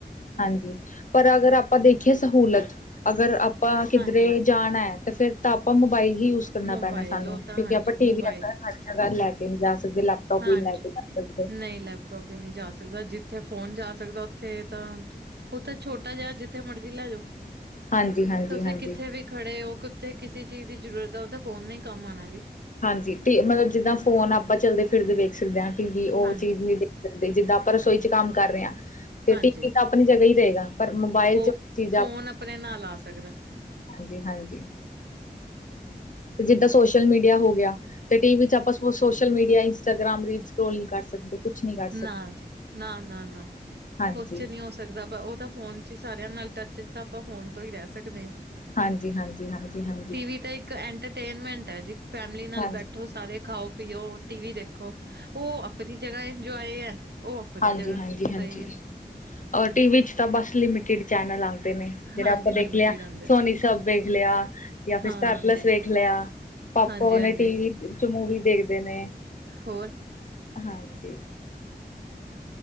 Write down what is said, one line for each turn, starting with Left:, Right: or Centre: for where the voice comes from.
Left: ਹਾਂਜੀ ਪਰ ਅਗਰ ਆਪਾਂ ਦੇਖੀਏ ਸਹੂਲਤ ਅਗਰ ਆਪਾਂ ਕਿੱਧਰੇ
Right: ਹਾਂਜੀ।
Left: ਜਾਣਾ ਹੈ ਤੇ ਫਿਰ ਤਾਂ ਆਪਾਂ ਮੋਬਾਈਲ ਹੀ ਯੂਜ਼ ਕਰਨਾ
Right: ਮੋਬਾਇਲ
Left: ਪੈਣਾ ਸਾਨੂੰ
Right: ਉਹ ਤਾਂ
Left: ਕਿਉਂਕਿ
Right: ਹਾਂਜੀ
Left: ਆਪਾਂ ਟੀ
Right: ਮੋਬਾਇਲ
Left: ਵੀ ਆਪਣਾ ਹਰ ਜਗ੍ਹਾ ਲੈ ਕੇ ਨਹੀਂ ਜਾ ਸਕਦੇ ਲੈਪ ਲੈਪਟੋਪ
Right: ਹਾਂਜੀ।
Left: ਵੀ ਨਹੀਂ ਲੈ ਕੇ ਜਾ ਸਕਦੇ
Right: ਨਹੀਂ ਲੈਪਟੋਪ ਵੀ ਨਹੀਂ ਜਾ ਸਕਦਾ ਜਿੱਥੇ ਫੋਨ ਜਾ ਸਕਦਾ ਉੱਥੇ ਤਾਂ ਉੱਥੇ ਛੋਟਾ ਜਿਹਾ ਜਿੱਥੇ ਮਰਜ਼ੀ ਲੈ ਜਾਓ
Left: ਹਾਂਜੀ ਹਾਂਜੀ
Right: ਤੁਸੀਂ
Left: ਹਾਂਜੀ
Right: ਕਿੱਥੇ ਵੀ ਖੜੇ ਹੋ ਕਿੱਥੇ ਕਿਸੇ ਚੀਜ਼ ਦੀ ਜ਼ਰੂਰਤ ਹੈ ਉਹ ਤਾਂ ਫੋਨ ਨੇ ਹੀ ਕੰਮ ਆਉਣਾ ਜੀ
Left: ਹਾਂਜੀ ਮਤਲਬ ਜਿੱਦਾਂ ਫੋਨ ਆਪਾਂ ਚੱਲਦੇ ਫਿਰਦੇ ਵੇਖ ਸਕਦੇ ਹਾਂ ਟੀ ਵੀ ਉਹ
Right: ਹਾਂਜੀ
Left: ਚੀਜ਼ ਨਹੀਂ ਜਿੱਦਾਂ ਆਪਾਂ ਰਸੋਈ ਚ ਕੰਮ ਕਰ ਰਹੇ ਹਾਂ ਤੇ
Right: ਹਾਂਜੀ
Left: ਟੀ ਵੀ ਤਾਂ ਆਪਣੀ ਜਗ੍ਹਾ ਹੀ ਰਹੇਗਾ ਪਰ ਮੋਬਾਇਲ
Right: ਉਹ
Left: ਚ ਚੀਜ਼ਾਂ
Right: ਫੋਨ ਆਪਣੇ ਨਾਲ ਆ ਸਕਦਾ
Left: ਜੀ ਹਾਂਜੀ ਤੇ ਜਿੱਦਾਂ ਸੋਸ਼ਲ ਮੀਡੀਆ ਹੋ ਗਿਆ ਤੇ ਟੀ ਵੀ ਚੱ ਆਪਾਂ social media Instagram reel scroll ਨਹੀਂ ਕਰ ਸਕਦੇ ਕੁਛ ਨਹੀਂ ਕਰ ਸਕਦੇ
Right: ਨਾ ਜੀ ਨਾ ਨਾ ਨਾ
Left: ਹਾਂਜੀ
Right: ਉਹਦੇ ਚੱ ਨਹੀਂ ਹੋ ਸਕਦਾ ਉਹ ਤਾਂ ਫੋਨ ਤੁਸੀਂ ਸਾਰਿਆਂ ਨਾਲ ਟੱਚ ਤਾਂ ਆਪਾਂ ਫੋਨ ਤੋਂ ਹੀ ਰਹਿ ਸਕਦੇ ਹਾਂ
Left: ਹਾਂਜੀ-ਹਾਂਜੀ-ਹਾਂਜੀ-ਹਾਂਜੀ।
Right: ਟੀ ਵੀ ਤਾਂ ਇੱਕ ਐਂਟਰਟੇਨਮੈਂਟ ਹੈ ਜੀ ਫੈਮਿਲੀ ਨਾਲ
Left: ਹਾਂਜੀ
Right: ਬੈਠੋ ਸਾਰੇ ਖਾਓ ਪੀਓ ਟੀ ਵੀ ਦੇਖੋ ਉਹ ਆਪਣੀ ਜਗ੍ਹਾ ਇੰਜੋਏ ਹੈ ਉਹ ਆਪਣੀ
Left: ਹਾਂਜੀ-ਹਾਂਜੀ-ਹਾਂਜੀ
Right: ਜਗ੍ਹਾ ਸਹੀ ਹੈ
Left: ਅਹ ਟੀਵੀ ਚ ਤਾਂ ਬਸ ਲਿਮਿਟਿਡ ਚੈਨਲ ਆਂਦੇ ਨੇ। ਜਿਹੜਾ
Right: ਹਾਂਜੀ,
Left: ਆਪਾਂ
Right: ਲਿਮਿਟਿਡ
Left: ਦੇਖ ਲਿਆ
Right: ਆਂਦੇ,
Left: ਸੋਨੀ ਸਾਬ ਵੇਖ ਲਿਆ ਜਾਂ ਫਿਰ
Right: ਹਾਂਜੀ,
Left: ਸਟਾਰਪਲੱਸ ਵੇਖ ਲਿਆ। ਪਾਪਾ
Right: ਹਾਂਜੀ-ਹਾਂਜੀ
Left: ਉਹ ਨੇ ਟੀਵੀ ਚ ਮੂਵੀ ਦੇਖਦੇ ਨੇ।
Right: ਹੋਰ
Left: ਹਾਂਜੀ।